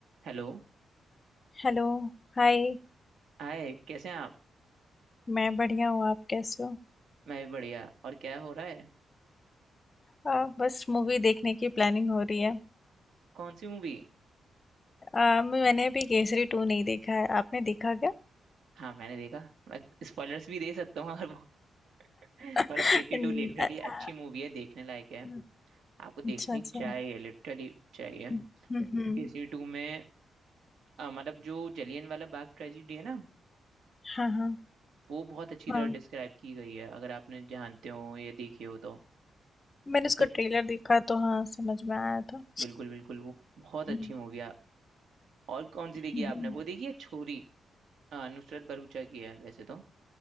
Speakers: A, on the right; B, on the left.
A: हेलो
B: Hello Hi
A: हाय कैसे हैं आप
B: मैं बढ़िया हूँ आप कैसे हो
A: मैं भी बढ़िया और क्या हो रहा है
B: आ, बस मूवी देखने की प्लानिंग हो रही है
A: कौन सी मूवी
B: आ, मैंने अभी केसरी टू नहीं देखा है आपने देखा क्या
A: हाँ मैंने देखा मैं स्पॉयलर्स भी दे सकता हूँ अगर वो <laughs>
B: <laughs>
A: मतलब केसी
B: इन-
A: टू लिटरली
B: आ-
A: अच्छी मूवी है देखने लायक है
B: आ-
A: आपको देखनी
B: अच्छा अच्छा
A: चाहिए लिटरली चाहिए
B: हम्म हम्म,
A: केसी टू में अ, मतलब जो जलियन वाला बाग ट्रेजिडी है ना
B: हाँ हाँ
A: वो बहुत अच्छी तरह
B: हाँ
A: डिस्क्राइब की गई है अगर आपने जानते हो या देखी हो तो
B: मैंने
A: उसका
B: उसका ट्रेलर देखा तो हाँ समझ में आया था
A: बिल्कुल बिल्कुल वो बहुत अच्छी
B: हम्म,
A: मूवी है और कौन सी
B: हम्म,
A: देखी है आपने वो देखी है छोरी अ, नुसरत भरूचा की है वैसे तो